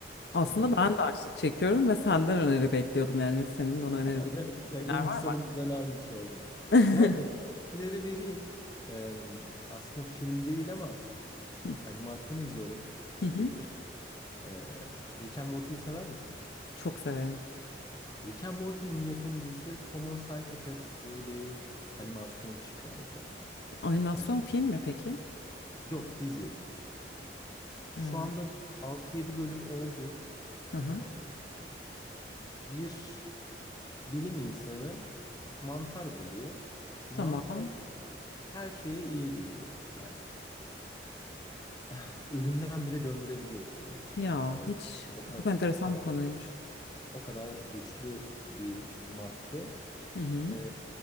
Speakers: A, on the left; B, on the left.
A: Aslında
B: e,
A: ben
B: <laughs>
A: de açlık çekiyorum ve senden öneri bekliyordum. Yani senin bana öneri bekleyen
B: ben- ya
A: şeyler
B: günün
A: var
B: sonunda
A: mı aklına?
B: ben almış oldum.
A: <laughs>
B: Ya o öneri vereyim. Ee, aslında film değil ama
A: Hı
B: animasyon izliyorum bir
A: hı.
B: süredir.
A: hı.
B: Ee, Rick and Morty'yi sever misin?
A: Çok severim.
B: Rick and Morty'nin yapımcısı Common Side Effects diye bir animasyon çıkardı.
A: Animasyon
B: Ee,
A: film mi peki?
B: yok dizi. Şu
A: Ee,
B: anda 6-7 bölüm oldu.
A: hı hı.
B: Ee, bir bilim insanı mantar buluyor. Mantar
A: Tamam.
B: her şeye iyi geliyor. Yani <clears throat> <sighs> ölümden bile döndürebiliyor seni.
A: Ya
B: Hatta öyle.
A: hiç
B: O kadar
A: çok enteresan
B: o kadar
A: bir konuymuş.
B: o kadar güçlü bir madde.
A: Hı hı.
B: Ee,